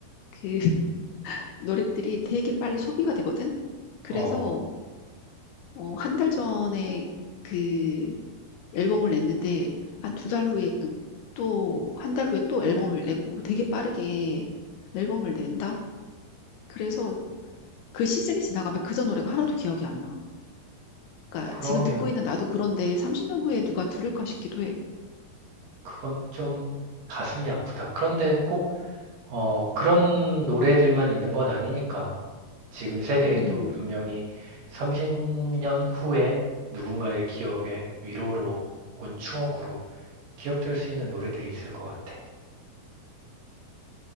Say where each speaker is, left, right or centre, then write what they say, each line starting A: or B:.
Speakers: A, on the left; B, on the right.
A: 그 <laughs> 노래들이 되게 빨리 소비가 되거든. 그래서
B: 어,
A: 어, 한 달 전에 그 앨범을 냈는데 한 두 달 후에 또 한 달 후에 또 앨범을 내고 되게 빠르게 앨범을 낸다? 그래서 그 시즌이 지나가면 그 전 노래가 하나도 기억이 안 나. 그러니까
B: 그러면
A: 지금 듣고 있는 나도 그런데 30년 후에 누가 들을까 싶기도 해.
B: 그건 좀 가슴이 아프다. 그런데 꼭 어, 그런 노래들만 있는 건 아니니까. 지금 세대에도
A: 음,
B: 분명히 30년 후에 누군가의 기억에 위로로 혹은 추억으로 기억될 수 있는 노래들이 있을 것 같아.